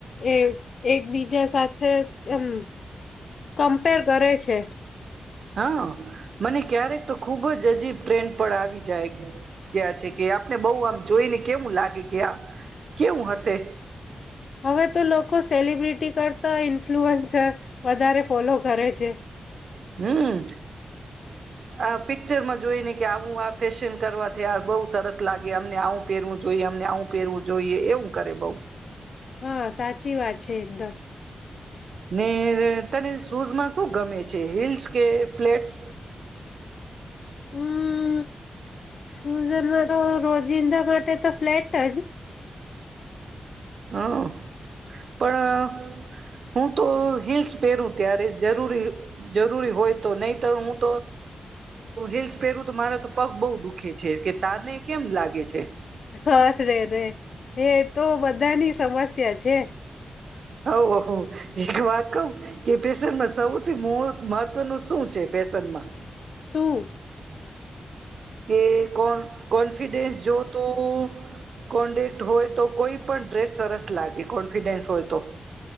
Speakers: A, on the left; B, on the right.
A: એક એકબીજા સાથે એમ કમ્પેર કરે છે.
B: હા મને ક્યારેક તો ખૂબ જ અજીબ ટ્રેન્ડ પર આવી જાય ગયા છે. કે આપને બઉ આમ જોઈને કેવું લાગે કે આ કેવું હશે.
A: હવે તો લોકો સેલિબ્રિટી તી કરતા ઇન્ફ્લુઅન્સર વધારે ફોલો કરે છે.
B: હમ્મ આ પિક્ચરમાં જોઈ ને કે આવું આ ફેશન કરવાથી આ બહુ સરસ લાગે અમને આવું પહેરવું જોઈએ અમને આવું પહેરવું જોઈએ એવું કરે બહુ
A: હા સાચી વાત છે એકદમ
B: ને તને શૂઝમાં શું ગમે છે? હિલ્લ્સ કે ફ્લેટ્સ?
A: હમ્મ સુજારનો તો રોજિંદા માટે તો ફ્લેટ જ
B: હમ પણ હું તો હિલ્સ પહેરું ત્યારે જરૂરી જરૂરી હોય તો નહી તો હું તો હિલ્લ્સ પહેરું તો મારા તો પગ બહુ દુખે છે કે તારને કેમ લાગે છે.
A: હા. <unintelligible> હે તો બધાની સમસ્યા છે
B: ઓહો એક વાત કહું કે ફેશનમાં સૌથી મહત્વનું શું છે ફેશનમાં
A: શું?
B: કે કોણ કોન્ફિડેન્સ જો તો કોડેક હોય તો કોઈ પણ ડ્રેસ સરસ લાગે કોન્ફિડન્સ હોય તો.